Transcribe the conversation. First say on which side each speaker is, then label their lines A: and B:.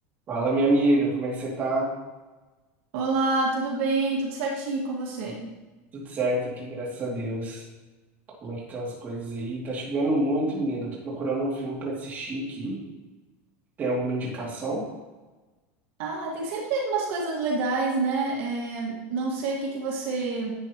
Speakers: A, on the right; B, on the right.
A: Fala, minha amiga, como é que você tá?
B: Olá, tudo bem? Tudo certinho com você?
A: Tudo certo aqui, graças a Deus. Como é que estão as coisas aí? Tá chovendo muito, menina. Tô procurando um filme pra assistir aqui. Tem alguma indicação?
B: Ah, tem sempre umas coisas legais, né? É, não sei o que que você